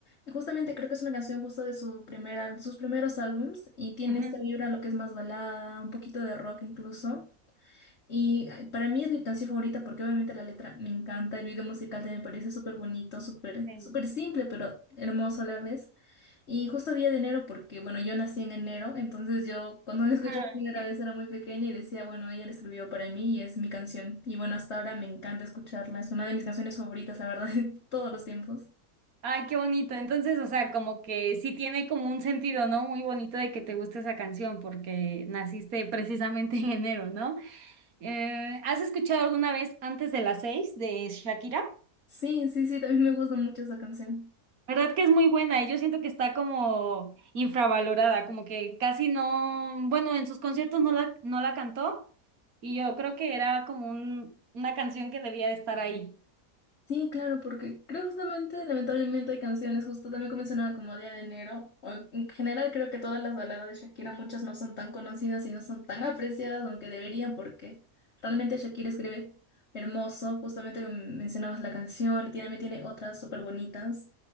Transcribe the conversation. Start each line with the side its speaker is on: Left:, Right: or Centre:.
Left: Y Justamente creo que es una canción justo de su primera, sus primeros álbums y tiene
Right: Ujú,
Left: esta vibra, lo que es más balada, un poquito de rock incluso. Y eh, para mí es mi canción favorita porque obviamente la letra me encanta, el video musical también me parece súper bonito, súper
Right: sí.
Left: súper simple, pero hermoso a la vez. Y justo día de enero, porque bueno, yo nací en enero, entonces yo cuando la escuché
Right: <laughs>
Left: por primera vez era muy pequeña y decía, bueno, ella la escribió para mí y es mi canción. Y bueno, hasta ahora me encanta escucharla, es una de mis canciones favoritas, la verdad, <laughs> de todos los tiempos.
Right: Ay, qué bonito. Entonces, o sea, como que sí tiene como un sentido, ¿no? Muy bonito de que te guste esa canción porque naciste precisamente <laughs> en enero, ¿no? Eh, ¿has escuchado alguna vez Antes de las seis de Shakira?
Left: Sí, sí, sí, también me gusta mucho esa canción.
Right: ¿Verdad que es muy buena? Y yo siento que está como infravalorada, como que casi no, bueno, en sus conciertos no la, no la cantó y yo creo que era como un- una canción que debía de estar ahí.
Left: Sí, claro, porque creo justamente, lamentablemente, hay canciones, justo también como mencionaba como Día de Enero, o en general creo que todas las baladas de Shakira, muchas no son tan conocidas y no son tan apreciadas, aunque deberían, porque realmente Shakira escribe hermoso, justamente como mencionabas la canción, también tiene otras súper bonitas.